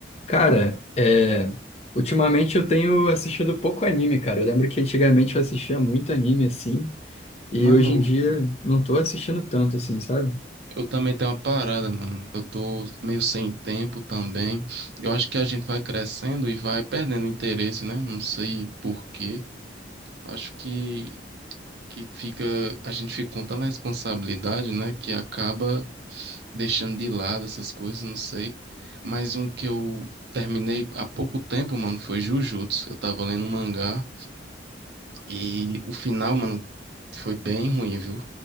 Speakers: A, on the left; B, on the right.
A: Cara, é, ultimamente eu tenho assistido pouco anime, cara. Eu lembro que antigamente eu assistia muito anime, assim, e
B: Mano,
A: hoje em dia não tô assistindo tanto, assim, sabe?
B: eu também tenho uma parada, mano. Eu tô meio sem tempo também. Eu acho que a gente vai crescendo e vai perdendo interesse, né? Não sei por quê. Acho que, que fica, a gente fica com tanta responsabilidade, né? Que acaba deixando de lado essas coisas, não sei. Mas um que eu terminei há pouco tempo, mano, foi Jujutsu. Eu tava lendo um mangá e o final, mano, foi bem ruim, viu?